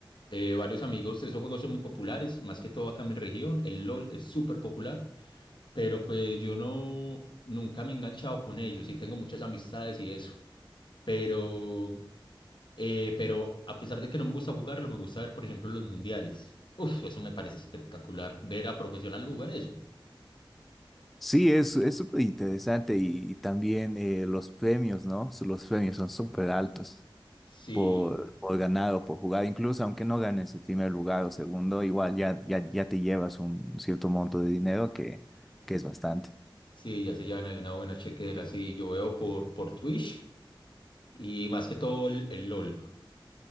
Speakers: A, on the left (about 65°); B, in the centre.
A: Eh, varios amigos, esos juegos son muy populares, más que todo acá en mi región. El LOL es súper popular, pero pues yo no, nunca me he enganchado con ellos y tengo muchas amistades y eso. pero Eh, pero a pesar de que no me gusta jugarlo, me gusta ver, por ejemplo, los mundiales. Uf, eso me parece espectacular, ver a profesionales jugar eso.
B: Sí, es, es súper interesante y, también eh, los premios, ¿no? So- Los premios son súper altos
A: Sí,
B: por, por ganar o por jugar. Incluso aunque no ganes el primer lugar o segundo, igual ya, ya, ya te llevas un cierto monto de dinero que, que es bastante.
A: sí, ya se llevan ahí una buena chequera, sí, yo veo por, por Twitch y más que todo el, el LOL.